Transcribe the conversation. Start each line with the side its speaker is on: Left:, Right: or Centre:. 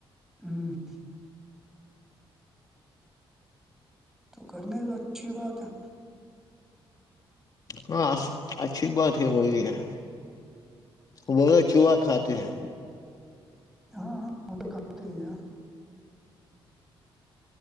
Centre: ہاں <unintelligible> تو کرنا تو اچھی بات ہے <unintelligible>
Left: ہاں اچھی بات ہے وہ یہ ہے وہ چوہا کھاتے ہیں
Centre: ہاں <unintelligible> وہ تو کھاتے ہیںاں <unintelligible>